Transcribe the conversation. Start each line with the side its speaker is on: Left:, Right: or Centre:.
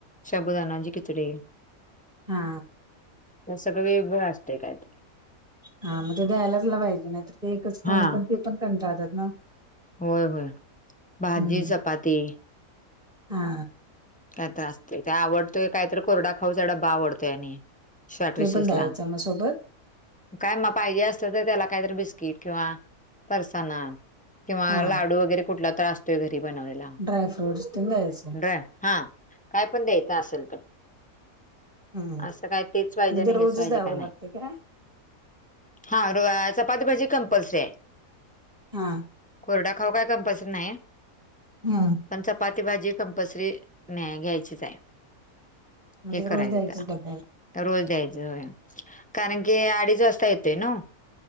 Centre: शबुदना जी किचडे.
Right: हा
Centre: सगळ वेगळं असते कायत.
Right: हा मग ते जायलाच ला पाहिजे नाहीतर ते एकच खाऊन
Centre: हा
Right: पण ते पण कंनटाळयात ना.
Centre: होय होय भाजी
Right: हम्म
Centre: चपाती.
Right: हा
Centre: काय तर असंतय ते आवडतोय कायतर कोरडा खाऊ चा डब्बा आवडतोय आणि- शॉट
Right: ते
Centre: रिशीस
Right: पण द्यायचं
Centre: ला
Right: मग सोबत
Centre: काय मग पाहिजे असत तर त्याला काहीतरी बिस्किट किंवा- फरसाना किंवा
Right: हा
Centre: लाडू वगैरे कुठला तर असतोय घरी बनवलेला.
Right: ड्रायफ्रूट्स तेन दांयच.
Centre: ड्र हा काय पण द्यायचं असेल तर-
Right: हम्म
Centre: असं काय तेच पाहिजे
Right: म्हणजे
Centre: नाही
Right: ते रोजच
Centre: हेच पाहिजे
Right: द्यावं
Centre: काय नाही.
Right: लागते काय
Centre: हा र चपाती भाजी कंपल्सरी आहे.
Right: हा
Centre: कोरडा खाऊ काय कंपल्सरी नाही.
Right: हम्
Centre: पण चपाती भाजी कंपल्सरी नाही घ्यायचीच आहे.
Right: म्हणजे
Centre: हे करायचं
Right: रोज द्यायचीच डब्यात.
Centre: रोज द्यायचं होय कारण कारण की अडीच वाजता येतोय नवं.